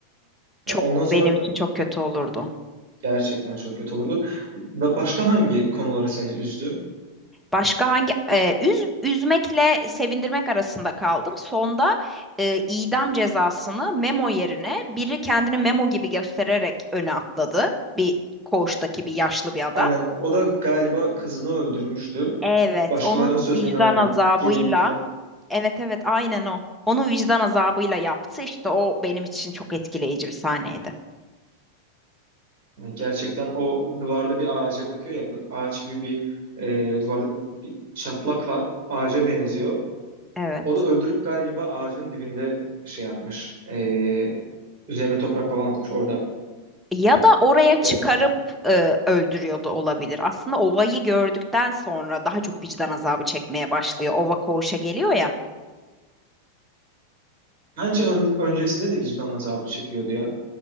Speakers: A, in the centre; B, on the right.
A: Çok
B: Ya Ondan sonra
A: benim için çok kötü olurdu.
B: gerçekten çok kötü olurdu. Ba- Başka hangi konuları seni üzdü?
A: Başka hangi e, üz, üzmekle sevindirmek arasında kaldım. Sonda e, idam cezasını memo yerine biri kendini memo gibi göstererek öne atladı. Bir koğuştaki bir yaşlı bir adam.
B: Aynen o da galiba kızını öldürmüştü.
A: Evet,
B: Başkalarının
A: onun
B: sözüne
A: vicdan
B: inanarak
A: azabıyla,
B: gelinlikte.
A: evet evet aynen o. Onu vicdan azabıyla yaptı. İşte o benim için çok etkileyici bir sahneydi.
B: Yani gerçekten o duvarda bir ağaca bakıyor ya. Bu ağaç gibi bir e, duvarda bir çatlak var. Ağaca benziyor.
A: Evet.
B: O da öldürüp galiba ağacın dibinde şey yapmış. e, üzerine toprak falan atmış. Orada e,
A: Ya da oraya
B: şey
A: çıkarıp
B: yapmışlar.
A: e, öldürüyordu olabilir. Aslında ovayı gördükten sonra daha çok vicdan azabı çekmeye başlıyor. Ova koğuşa geliyor ya.
B: Bence ön- öncesinde de vicdan azabı çekiyordu ya.